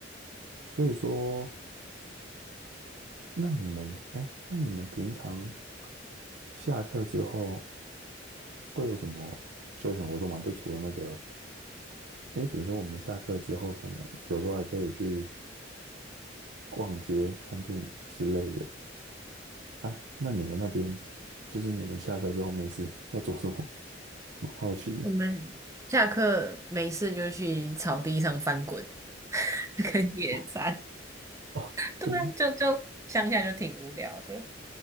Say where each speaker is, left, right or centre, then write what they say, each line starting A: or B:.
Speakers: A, on the right (about 65°); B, on the right (about 15°).
A: 所以说，那你们，哎，那你们平常下课之后会有什么休闲活动吗？就除了那个，因为比如说我们下课之后，可能有时候还可以去逛街、看电影之类的啊。那你们那边，就是你们下课之后没事 <laughs> 要做什么？蛮好奇的
B: 我们下课没事就去草地上翻滚。<laughs> 跟野餐，
A: 哦哦，
B: 对啊，
A: 就是
B: 就就乡下就挺无聊的。